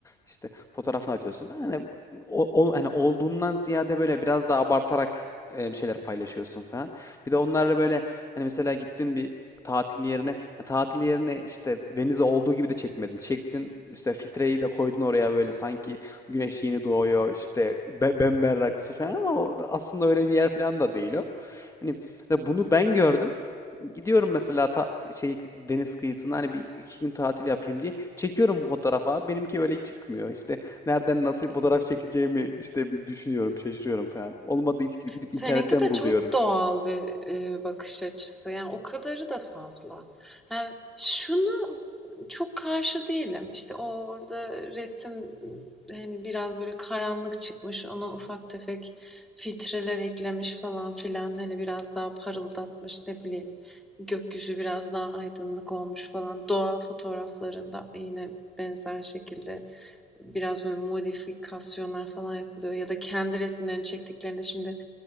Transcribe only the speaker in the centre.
Seninki
de
çok doğal bir e, bakış açısı. Yani o kadarı da fazla. Yani şunu çok karşı değilim. İşte orada resim hani biraz böyle karanlık çıkmış. Ona ufak tefek filtreler eklemiş falan filan. Hani biraz daha parıldatmış ne bileyim. Gökyüzü biraz daha aydınlık olmuş falan. Doğa fotoğraflarında yine benzer şekilde Biraz böyle modifikasyonlar falan yapılıyor ya da kendi resimlerini çektiklerinde şimdi